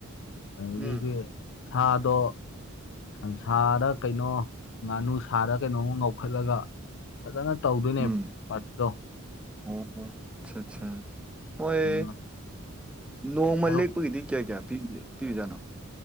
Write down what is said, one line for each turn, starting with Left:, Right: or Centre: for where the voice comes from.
Left: ꯑꯗꯒꯤꯗꯤ
Centre: ꯎꯝ
Left: ꯁꯥꯗꯣ ꯁꯟꯁꯥꯔꯥ ꯀꯩꯅꯣ ꯉꯥꯅꯨ ꯁꯥꯔꯥ ꯀꯩꯅꯣꯝꯃ ꯉꯧꯈꯠꯂꯒ ꯐꯖꯅ ꯇꯧꯗꯣꯏꯅꯦ
Centre: ꯎꯝ
Left: ꯄꯥꯔꯠꯇꯣ
Centre: ꯑꯣ ꯑꯠꯁꯥ ꯑꯠꯁꯥ ꯃꯣꯏ꯫
Left: ꯎꯝ
Centre: ꯅꯣꯡꯃ
Left: ꯍꯥꯏꯔꯣ
Centre: ꯂꯦꯛꯄꯒꯤꯗꯤ ꯀꯌꯥ ꯀꯌꯥ ꯄꯤꯔꯤ ꯄꯤꯔꯤꯖꯥꯠꯅꯣ